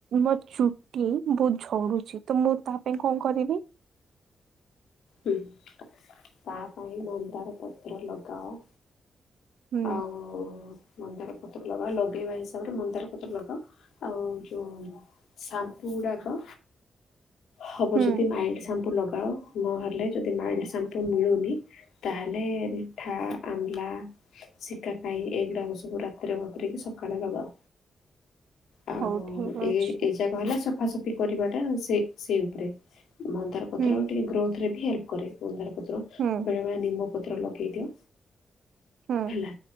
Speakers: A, on the right; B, on the left.
A: ମୋ ଚୁ ଟି ବହୁତ ଝଡୁଛି ତ ମୁଁ ତା ପାଇଁ କଣ କରିବି?
B: ହଁ ତା ପାଇଁ ମନ୍ଦାର ପତ୍ର ଲଗାଅ।
A: ହୁଁ।
B: ଆଉ ମନ୍ଦାର ପତ୍ର ଲଗାଅ, ଲଗେଇବା ହିସାବରେ ମନ୍ଦାର ପତ୍ର ଲଗାଅ, ଆଉ ଯୋଉ ସାମ୍ପୁ ଗୁଡାକ ହବ
A: ହୁଁ
B: ଯଦି ମାଇଲ୍ଡ ସାମ୍ପୁ ଲଗାଅ। ନହେଲେ ଯଦି ମାଇଲ୍ଡ ସାମ୍ପୁ ମିଳୁନି, ତାହେଲେ ରିଠା ଆମ୍ଲା ଶିକା ଖାଇ ଏଇଗୁଡାକ ସବୁ ରାତିରେ ବତୁରେଇକି ସକାଳେ ଲଗାଅ। ଆଉ
A: ହଉ ଠିକ
B: ଏଇ
A: ଅଛି
B: ଏଇ ଯାକ ହେଲା ସ ସଫାସଫି କରିବାଟା ସେ ସେଇ ଉପରେ, ମନ୍ଦାର ପତ୍ର
A: ହୁଁ
B: ଟିକେ ଗ୍ରୋଥରେ ବି ହେଲ୍ପ କରେ। ମନ୍ଦାର ପତ୍ର,
A: ହୁଁ
B: ବେଳେ ବେଳେ ନିମ୍ବ ପତ୍ର ଲଗେଇ ଦିଅ।
A: ହୁଁ
B: ହେଲା,